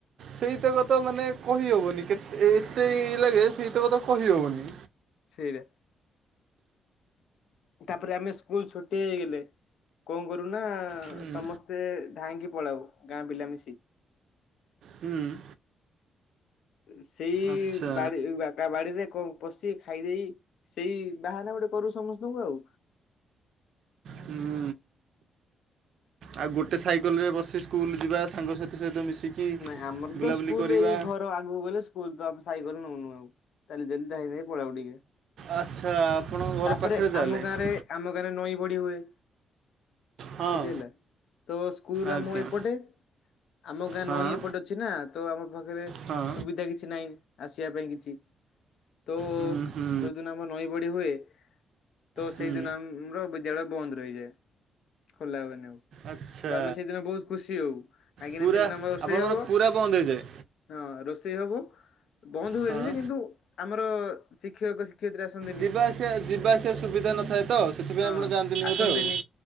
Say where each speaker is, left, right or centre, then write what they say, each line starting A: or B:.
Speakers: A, on the right; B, on the left.
A: ସେଇ ତକ ତ ମାନେ କହି ହବନି କେତେ ଏତେ ଲାଗେ ସେଇ ତକ ତ କହିହବନି।
B: ସେଇରେ ତାପରେ ଆମେ ସ୍କୁଲ ଛୁଟି ହେଇଗଲେ। କଣ କରୁନା
A: ହୁଁ
B: ସମସ୍ତେ ଧାଇଁକି ପଳାଉ ଗାଁ ପିଲା ମିଶି।
A: ହୁଁ।
B: ସେଇ
A: ଆଚ୍ଛା
B: ବା ବା କା ବାଡିରେ କଣ ପଶି ଖାଇଦେଇ ସେଇ ବାହାନା ଗୋଟେ କରୁ ସମସ୍ତଙ୍କୁ ଆଉ।
A: ହୁଁ। ଆଉ ଗୋଟେ ସାଇକେଲରେ ବସି ସ୍କୁଲ ଯିବା, ସାଙ୍ଗସାଥି ସହିତ ମିଶିକି।
B: ନାଇଁ ଆମର
A: ବୁଲାବୁଲି
B: ତ ସ୍କୁଲ
A: କରିବା
B: ଏଇ ଘର ଆଗକୁ ଗଲେ। ସ୍କୁଲ ତ <unintelligible> ସାଇକଲ ନଉନୁ ଆଉ, ଚାଲି ଚାଲି ଧାଇଁ ଧାଇଁ ପଳେଇବୁ ଟିକେ।
A: ଆଚ୍ଛା ଆପଣଙ୍କ ଘର
B: ତାପରେ
A: ପାଖରେ
B: ଆମ
A: <unintelligible>
B: ଗାଁରେ ଆମ ଗାଁରେ ନଈ ବଢି ହୁଏ।
A: ହଁ
B: ବୁଝି ହେଲା, ତ ସ୍କୁଲ
A: ଆଜ୍ଞା
B: ଆମ ଏପଟେ ଆମ ଗାଁ
A: ହଁ
B: ନଈଁ ଏପଟେ। ଅଛି ନା ତ ଆମ ପାଖରେ
A: ହଁ
B: ସୁବିଧା କିଛି ନାହିଁ ଆସିବା ପାଇଁ କିଛି। ତ
A: ହୁଁ ହୁଁ
B: ଯୋଉଦିନ ଆମର ନଈ ବଡି ହୁଏ। ତ
A: ହୁଁ
B: ସେଇଦିନ ଆମର ବିଦ୍ୟାଳୟ ବନ୍ଦ ରହିଯାଏ ଖୋଲା ହୁଏନି ଆଉ।
A: ଆଚ୍ଛା
B: ତ ଆମେ ସେଇଦିନ ବହୁତ ଖୁସି ହଉ କାହିଁକିନା
A: ପୁରା
B: ସେଦିନ ଆମର ରୋଷେଇ
A: ଆପଣଙ୍କର
B: ହବ।
A: ପୁରା ବନ୍ଦ ହେଇଯାଏ
B: ହଁ ରୋଷେଇ ହବ ବନ୍ଦ ହୁଏନି
A: ହଁ
B: ଯେ କିନ୍ତୁ ଆମର ଶିକ୍ଷକ ଶିକ୍ଷୟିତ୍ରୀ ଆସନ୍ତିନି
A: ଯିବା ଆସିବା ଯିବା ଆସିବା ସୁବିଧା ନଥାଏ ତ ସେଥିପାଇଁ
B: ହଁ
A: ଆପଣ ଜାଣନ୍ତିନି ବୋଧେ
B: ଆସନ୍ତିନି
A: ଆଉ।